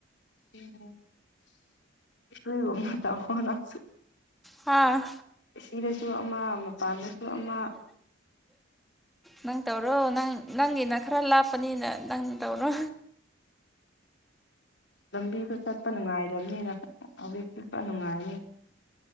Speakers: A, on the left (about 55°); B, in the centre.
A: <unintelligible> ꯃꯇꯝ ꯍꯣꯅ
B: ꯍꯥꯥ
A: ꯑꯁꯤꯗꯁꯨ ꯑꯃ ꯃꯄꯥꯟꯗꯁꯨ ꯑꯃ
B: ꯅꯪ ꯇꯧꯔꯣ ꯅꯪ ꯅꯪꯒꯤꯅ ꯈꯔ ꯂꯥꯞꯄꯅꯤꯅ ꯅꯪ ꯇꯧꯔꯣ
A: ꯂꯝꯕꯤꯗꯨ ꯆꯠꯄ ꯅꯨꯡꯉꯥꯏꯔꯅꯤꯅ ꯍꯧꯖꯤꯛ ꯆꯠꯄ ꯅꯨꯡꯉꯥꯏꯔꯅꯤ